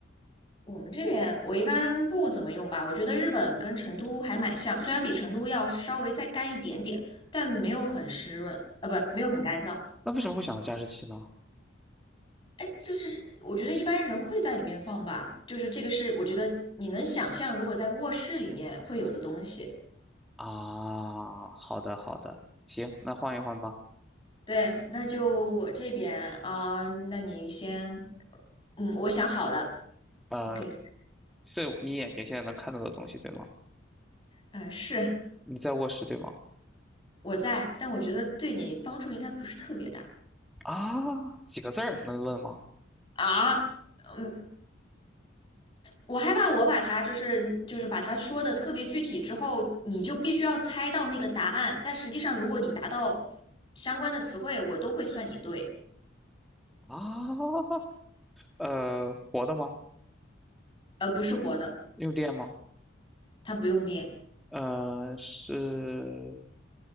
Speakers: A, on the left; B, in the centre.
A: 我们这边我一般不怎么用吧，我觉得日本跟成都还蛮像，虽然比成都要稍微再干一点点，但没有很湿润，呃，不，没有很干燥。
B: 那为什么会想到加湿器呢？
A: 哎，就是我觉得一般人会在里面放吧，就是这个是我觉得你能想象，如果在卧室里面会有的东西。
B: 啊，好的好的，行，那换一换吧。
A: 对，那就我这边，啊，那你先，嗯，我想好了，
B: 呃，
A: 你可以
B: 这你眼睛现在能看到的东西对吗？
A: 嗯，呃是
B: 你在卧室对吗？
A: 我在，但我觉得对你帮助应该不是特别大
B: 啊，几个字儿能问吗？
A: 啊，嗯，我害怕我把它就是就是把它说的特别具体之后，你就必须要猜到那个答案。但实际上，如果你达到相关的词汇，我都会算你对。
B: 啊，呃，活的吗？
A: 呃，不是活的，
B: 用电吗？
A: 它不用电，
B: 呃，是